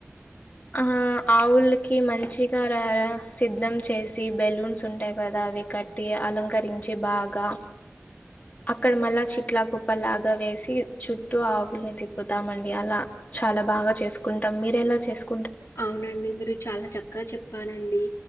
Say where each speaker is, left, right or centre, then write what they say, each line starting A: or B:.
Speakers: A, on the left (about 30°); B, on the left (about 75°).
A: ఆ ఆవుల్కి మంచిగా రారా సిద్ధం చేసి బెలూన్స్ ఉంటాయి కదా అ అవి కట్టి అలంకరించి బాగా అక్కడ మళ్ళా చిట్లా కుప్ప లాగా వేసి చుట్టూ ఆవుల్ని తిప్పుతామండి అలా చాలా బాగా చేసుకుంటం మీరెలా చేసుకు
B: అవునండి మీరు చాలా చక్క చెప్పారండి